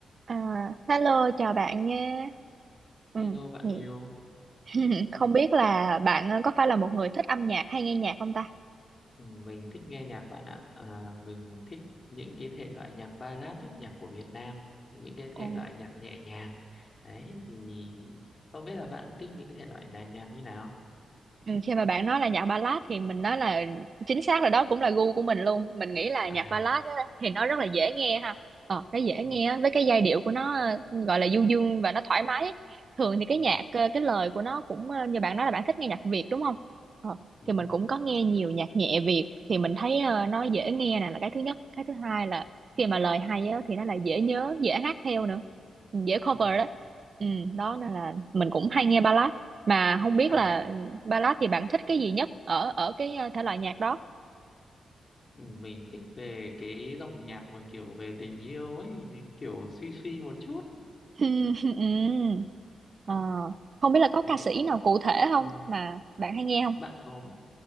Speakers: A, on the right; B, on the left.
A: À, hello chào bạn nha. Ừ,
B: Hello bạn
A: thì-
B: yêu,
A: <laughs> không
B: Ừ,
A: biết là bạn ờ, có phải là một người thích âm nhạc hay nghe nhạc không ta?
B: ừ, mình thích nghe nhạc bạn ạ. À, mình thích những cái thể loại nhạc ballad ấy, nhạc của Việt Nam, những cái thể
A: Ồ.
B: loại nhạc nhẹ nhàng. Đấy thì không biết là bạn thích những cái thể loại là nhạc như nào?
A: Ừ, khi mà bạn nói là nhạc ballad thì mình nói là chính xác là đó cũng là gu của mình luôn mình nghĩ là
B: À,
A: nhạc ballad á, thì nó rất là dễ nghe ha ờ, cái dễ
B: ừ,
A: nghe á, với cái giai điệu của nó ờ, gọi là du dương và nó thoải mái thường thì cái
B: ừ,
A: nhạc ờ, cái lời của nó cũng ờ, như bạn nói là bạn thích nghe nhạc Việt đúng không ờ,
B: đúng
A: thì mình
B: rồi.
A: cũng có nghe nhiều nhạc nhẹ Việt thì mình thấy ờ, nó dễ nghe nè là cái thứ nhất cái thứ hai là khi mà lời hay á, thì nó là dễ nhớ dễ hát theo nữa Ừ, dễ cover
B: Ừ.
A: đó ừ, đó nên là mình cũng hay nghe ballad mà không biết
B: À,
A: là Ballad thì bạn thích cái gì nhất ở ở cái ờ, thể loại nhạc đó?
B: ừ, mình thích về cái dòng nhạc mà kiểu về tình yêu ấy, kiểu suy suy một chút.
A: <laughs> Ừm. ừm. Ờ, không biết là có
B: Đấy.
A: ca sĩ nào cụ thể không
B: Ừ,
A: mà bạn hay nghe không?
B: bạn có